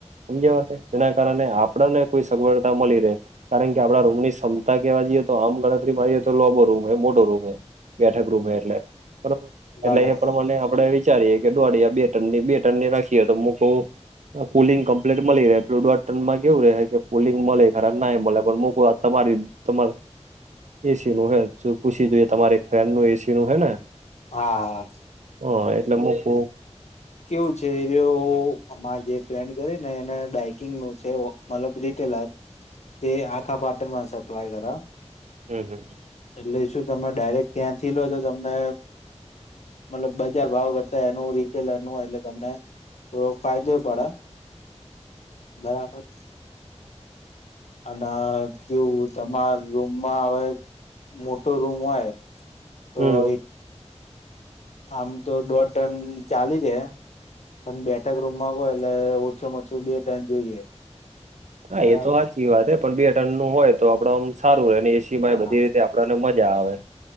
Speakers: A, on the right; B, on the left.
A: સમજ વાત તેના કારણે આપ આપણને કોઈ સગવડતા મળી રહે. કારણ કે આપણા રૂમની ક્ષમતા કેવા જઈએ, તો આમ ગણતરી મારી લોબો રૂમ હોય, મોટો રૂમ હોય, બેઠક રૂમ એટલે બરાબર
B: બરાબર
A: એટલે એ પ્રમાણે આપડે એવી વિચારીએ કે દોઢ યા બે ટનની, બે ટનની રાખીએ તો મકવું પુલિંગ કમ્પ્લીટ મળી રહે. પ્લુડ ટનમાં કેવું રહે, કે પુલિંગ મળે ના મળે પણક તમારી તમાર પૅલું હ પૂછી જોઈએ તમારે એક ફેન નું એસી નું હે ને
B: હા
A: હ એટલે મૂકવું
B: કેવું છે એ અમારે જે પ કરે એને ડાઇકિંગનું છે. મતલબ, રીટેલ જે આખા પાટણમાં અપ્લાય કર
A: હમ હમ.
B: એટલે શું? તમે ડાયરેક્ટ ત્યાંથી લો તો તમને મતલબ, બજાર ભાવ કરતા એનું રીટેલર એનું એટલે તમને થોડો ફાઙયદો પડે બરાબર. અને કેવું તમારે રૂમમાં હવે મોટો રૂમ હોય, તો
A: હમ
B: એક આમ તો દોઢ ટન ચાલી જાય, પણ બે કોઈ રૂમમાં હોય એટલે ઓછુંમાં ઓછું બે ટાઈમ જોઈએ.
A: હા,
B: બરાબર
A: એ તો સાચી વાત. હ પણ બે ટનનું હોય તો આપણે આમ સારું રહે. એ સી
B: હા
A: બધી રીતે આપણને મજા આવે.